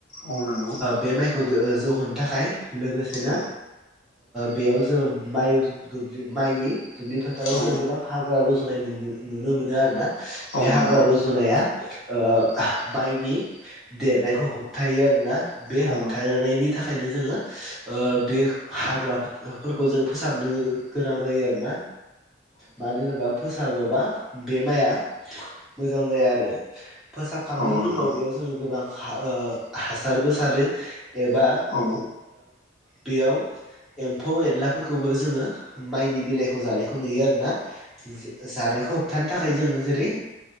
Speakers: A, on the left (about 75°); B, in the centre.
A: औ नंगौ औ नंगौ
B: बे माइखौ जौहोनो थाखाय लोगोसेनो
A: औ नंगौ औ
B: बेयाव जोङो माइ द्लि माइनि दुब्लि फोथाराव
A: औ
B: जों गोबां हाग्रा रजुनाय नु नुनो मोनो आरो ना
A: औ
B: बे हाग्रा
A: नंगौ
B: रजुनाया माइनि देरनायखौ होब थायो आरोना बे
A: औ
B: होबथानायनि थाखाय थाखायनो जोङो बे हाग्राफोरखौ जों फोसाबनो गोनां जायो आरोना मानो होनोबा फोसाबोबा बे माइआ मोजां जाया आरो फोसाबखांनायनि
A: औ नंगौ
B: उनाव बेयाव जोङो गोबां हासारबो सारो एबा
A: औ नंगौ औ
B: बेयाव एम्फौ एनलाफोरखौबो जोङो माइनि बेलाइखौ जानायखौ नुयो आरोना जानायखौ होबथानो थाखाय जोङो जेरै